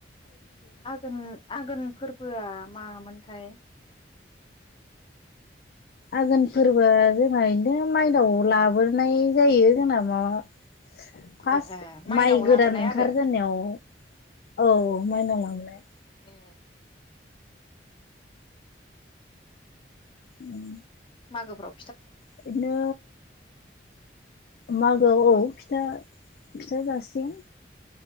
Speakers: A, on the left; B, on the left.
A: आगोन आगोन फोर्बोआ मामोनथाय?
B: आघोन फोर्बोआ जोंना इदिनो मायनाव लाबोनाय जायो जोंना माबा फार्स्ट
A: ए ए माइनाव
B: माइ गोदान
A: लाबोनाय
B: ओंखारजेननायाव
A: आरो
B: औ मायनाव लांनाय।
A: ए ओं ओं
B: उम
A: मागो फ्राव
B: बिदिनो मागोआव फिथा फिथा जासिगोन।